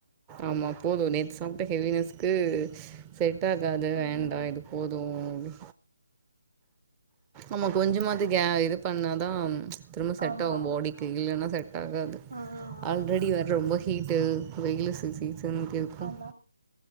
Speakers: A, on the right; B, on the right.
A: ஆமா போது நேத்து சாப்ட்ட ஹெவினஸ்க்கு செட் ஆகாது
B: ம்
A: வேண்டா இது போது து ஆமா கொஞ்சமாது இது பண்ணாதா திரும்ப செட்
B: ஆமா
A: ஆகூ பாடிக்கு இல்லைன்னா செட் ஆகாது
B: ம் ம் ம்
A: ஆல்ரெடி வேற ரொம்ப ஹீட்டு வெயில் சீசன் இருக்கும்
B: ஆமா